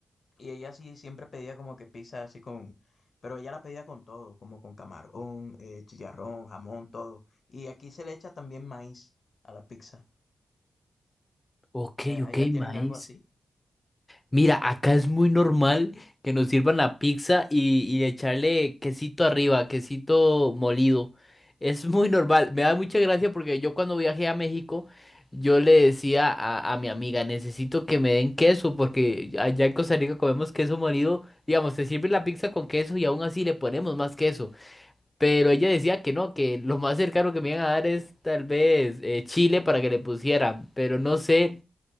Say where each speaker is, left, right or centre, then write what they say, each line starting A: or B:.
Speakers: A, on the left; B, on the left.
A: y ella sí siempre pedía como que pizza así con, pero ella la pedía con todo, como con camarón, eh, chicharrón, jamón, todo. Y aquí se le echa también maíz a la pizza.
B: Ok,
A: Eh,
B: ok,
A: allá tienen
B: maíz.
A: algo así.
B: Mira, acá es muy normal que nos sirvan la pizza y, y echarle quesito arriba, quesito molido. Es muy normal. Me da mucha gracia porque yo cuando viajé a México, yo le decía a, a mi amiga, necesito que me den queso porque allá en Costa Rica comemos queso molido. Digamos, te sirve la pizza con queso y aún así le ponemos más queso. Pero ella decía que no, que lo más cercano que me iban a dar es tal vez eh, chile para que le pusieran. Pero no sé